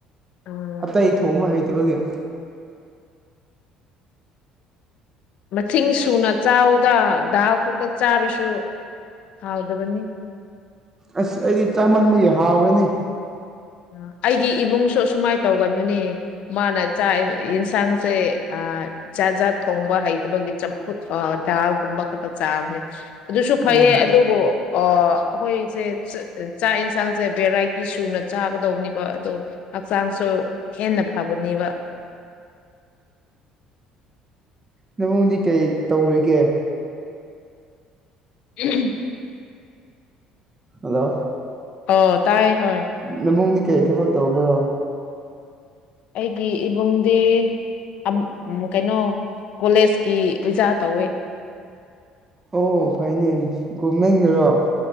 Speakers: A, on the left (about 65°); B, on the right (about 25°).
A: ꯎꯝ
B: ꯑꯇꯩ ꯊꯣꯡꯕ ꯍꯩꯇꯕꯒꯤ
A: ꯃꯁꯤꯡ ꯁꯨꯅ ꯆꯥꯎꯗ ꯗꯥꯜ ꯈꯛꯇ ꯆꯥꯔꯁꯨ ꯍꯥꯎꯗꯕꯅꯤ
B: ꯑꯁ ꯑꯩꯗꯤ ꯆꯥꯃꯟꯕꯒꯤ ꯍꯥꯎꯔꯦꯅꯦ
A: ꯑ ꯑꯩꯒꯤ ꯏꯕꯨꯡꯁꯨ ꯑꯁꯨꯃꯥꯏꯅ ꯇꯧꯒꯟꯕꯅꯦ ꯃꯥꯅ ꯆꯥꯛ ꯌꯦꯟꯁꯥꯡꯁꯦ ꯖꯥꯠ ꯖꯥꯠ ꯊꯣꯡꯕ ꯍꯩꯇꯕꯒꯤ ꯆꯐꯨꯠ ꯗꯥꯜꯀꯨꯝꯕ ꯈꯛꯇ ꯆꯥꯕꯅꯦ ꯑꯗꯨꯁꯨ ꯐꯩꯌꯦ
B: ꯑꯣ
A: ꯑꯗꯨꯕꯨ ꯑꯩꯈꯣꯏꯁꯦ ꯆꯥꯛ ꯌꯦꯟꯁꯥꯡꯁꯦ ꯚꯦꯔꯥꯏꯇꯤ ꯁꯨꯅ ꯆꯥꯒꯗꯧꯕꯅꯦꯕ ꯑꯗꯣ ꯍꯛꯆꯥꯡꯁꯨ ꯍꯦꯟꯅ ꯐꯕꯅꯦꯕ <inaudible>
B: ꯅꯕꯨꯡꯗꯤ ꯀꯔꯤ ꯇꯧꯔꯤꯒꯦ
A: <inaudible>
B: ꯍꯜꯂꯣ
A: ꯑꯣ ꯇꯥꯏ ꯍꯣꯏ
B: ꯅꯕꯨꯡꯗꯤ ꯀꯩ ꯊꯕꯛ ꯇꯧꯕ꯭ꯔꯣ
A: ꯑꯩꯒꯤ ꯏꯕꯨꯡꯗꯤ ꯑꯝ ꯀꯩꯅꯣ ꯀꯣꯂꯦꯖꯀꯤ ꯑꯣꯖꯥ ꯇꯧꯋꯦ
B: ꯑꯣ ꯐꯩꯅꯦ ꯒꯣꯔꯃꯦꯟꯒꯤꯔꯣ